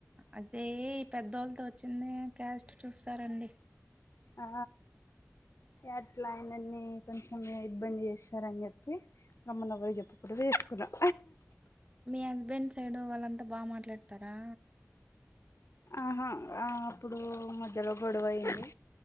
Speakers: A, on the right; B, on the left.
A: అదే ఈ పెద్దోళ్ళతో వచ్చింది క్యాస్ట్ చూస్తారండి
B: ఆ అట్ల ఆయనన్ని కొంచం ఇబ్బంది చేస్తారని చెప్పి గమ్మన పొయ్యి చెప్పకుండా చేసుకున్నాం
A: మీ హస్బెండ్ సైడ్ వాళ్ళంతా బాగా మాట్లాడతారా
B: ఆహా అప్పుడు మధ్యలో గొడవ అయింది